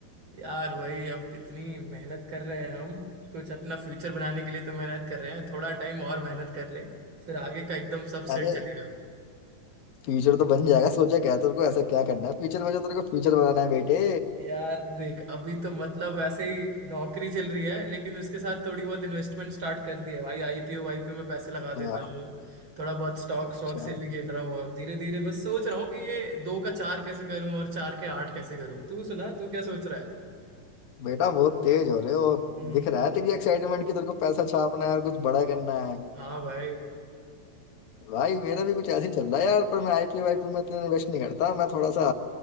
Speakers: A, on the right (about 35°); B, on the left (about 85°).
A: यार वही अब इतनी मेहनत कर रहे हैं हम कुछ अपना फ्यूचर बनाने के लिए तो मेहनत कर रहे हैं थोड़ा टाइम और मेहनत कर ले फिर आगे का एकदम सब
B: अरे
A: सेट चलेगा
B: फ्यूचर तो बन जाएगा सोचा क्या है, तेरे को ऐसा क्या करना है फ्यूचर में जो तेरे को फ्यूचर बनाना है बेटे
A: यार देख अभी तो मतलब वैसे ही नौकरी चल रही है लेकिन उसके साथ थोड़ी बहुत इन्वेस्टमेंट स्टार्ट कर दी है भाई आईपीओ आईपीओ में पैसे लगा
B: अच्छा
A: देता हूँ थोड़ा बहुत स्टॉक स्टॉक
B: अच्छा।
A: से भी खेल रहा हूँ अब धीरे धीरे बस सोच रहा हूँ कि ये दो का चार कैसे करूँ और चार के आठ कैसे करूँ तू सुना तू क्या सोच रहा है
B: बेटा बहुत तेज हो रहे हो
A: हम्म
B: दिख रहा है तेरी एक्साइटमेंट की तेरे को पैसा छापना है और कुछ बड़ा करना है
A: हाँ भाई
B: भाई मेरा भी कुछ ऐसे ही चल रहा है यार पर मैं आईपीओ वाईपीओ में इतना इन्वेस्ट नहीं करता मैं थोड़ा सा